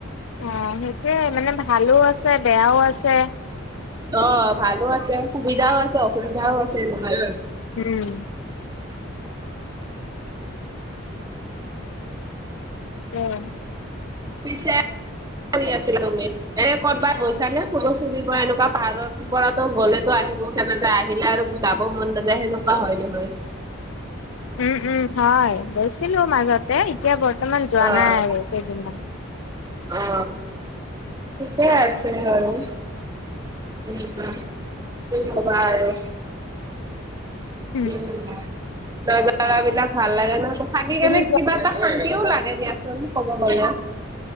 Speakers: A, on the left; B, on the right.
A: অ সেইটোয়ে মানে ভালো আছে বেয়াও আছে
B: অ ভালো আছে সুবিধাও আছে অসুবিধাও আছে মাৰছত
A: উম উম
B: পিছে কি কৰি আছিলা তুমি এ কৰ'বাত গৈছানে ফুৰিব চুৰিব এনেকোৱা পাহাৰৰ পৰাটো গ'লেতো আহিব মন নাযায় আহিলে আৰু যাব মন নাযায় সেনেকোৱা হয় নহয়
A: উম উম হয় গৈছিলো মাজতে এতিয়া বৰ্তমান যোৱা
B: অ'
A: নাই আৰু কেইদিনমান
B: অ ঠিকে আছে বাৰু উম কোৱা কি কবা আৰু
A: উম
B: উ নব বিলাক ভাল লাগে ন থাগি
A: তুমি
B: কেনে
A: যোৱা
B: কিবা এটা শান্তিও লাগে দিয়াচোন কব গলে